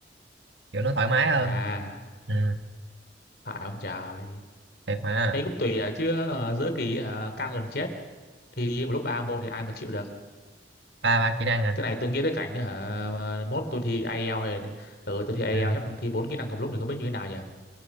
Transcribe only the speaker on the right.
kiểu nó thoải mái hơn
ừ,
thiệt mà
ba ba kỹ năng à
ừ.